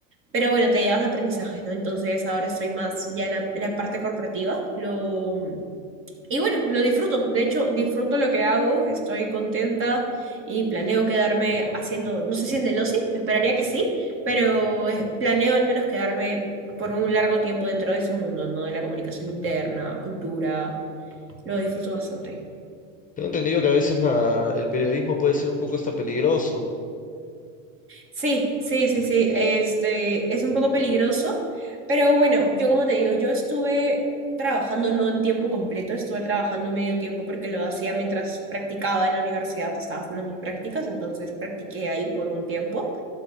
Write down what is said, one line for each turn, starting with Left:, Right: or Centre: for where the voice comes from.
Right: pero bueno, te llevas aprendizajes, ¿no? Entonces ahora estoy más ya en la, en la parte corporativa. Lo, y bueno, lo disfruto. De hecho, disfruto lo que hago, estoy contenta y planeo quedarme haciendo, no sé si en Delosi, esperaría que sí, pero eh, planeo al menos quedarme por un largo tiempo dentro de ese mundo, ¿no? De la comunicación interna, cultura, lo disfruto bastante.
Left: Tengo entendido que a veces la, el periodismo puede ser un poco hasta peligroso.
Right: Sí, sí, sí, sí, este es un poco peligroso, pero bueno, yo como te digo, yo estuve trabajando no en tiempo completo, estuve trabajando medio tiempo porque lo hacía mientras practicaba en la universidad, pues, estaba haciendo mis prácticas, entonces practiqué ahí por un tiempo.